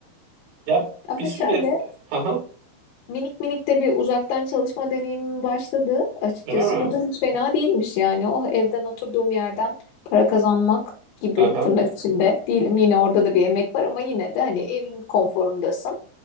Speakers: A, on the right (about 80°); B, on the left (about 85°).
A: Ya
B: Ama
A: bir süre...
B: şöyle
A: Aha.
B: minik minik de bir uzaktan çalışma deneyimim başladı açıkçası.
A: Öyle mi?
B: Bu da hiç fena değilmiş yani. O evden oturduğum yerden para kazanmak gibi
A: Aha.
B: tırnak içinde diyelim yine orada da bir emek var ama yine de hani evin konforundasın.